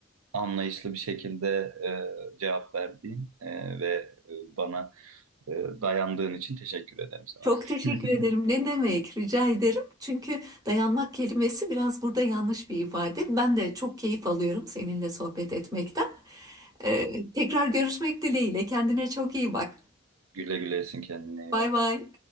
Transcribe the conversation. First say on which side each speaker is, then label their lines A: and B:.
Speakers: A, on the right; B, on the right.
A: anlayışlı bir şekilde e, cevap verdiğin e, ve e, bana e, dayandığın için teşekkür ederim sana.
B: Çok teşekkür
A: <laughs>
B: ederim. Ne demek? Rica ederim. Çünkü dayanmak kelimesi biraz burada yanlış bir ifade. Ben de çok keyif alıyorum seninle sohbet etmekten. Ee, tekrar görüşmek dileğiyle. Kendine çok iyi bak.
A: Güle güle esin kendine iyi
B: Bay
A: bak.
B: bay.